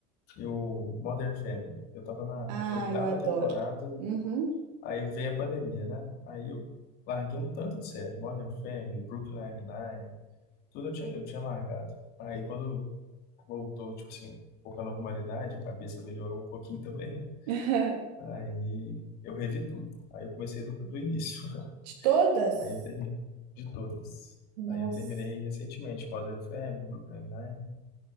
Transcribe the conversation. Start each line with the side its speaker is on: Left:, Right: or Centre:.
Left: eu, Modern Family. Eu tava na
Right: Ah,
Left: oitava
Right: eu adoro.
Left: temporada,
Right: Uhum.
Left: aí veio a pandemia, né? Aí eu larguei um tanto de série. Modern Family, Brooklyn Nine-Nine, tudo eu tinha, eu tinha largado. Aí quando voltou, tipo assim, um pouco a normalidade, a cabeça melhorou um pouquinho <laughs> também, né?
Right: <laughs>
Left: Aí eu revi tudo. Aí eu comecei do, do início. <laughs>
Right: De todas?
Left: Aí eu terminei de todas.
Right: Nossa.
Left: Aí eu terminei recentemente, Modern Family, Brooklyn Nine.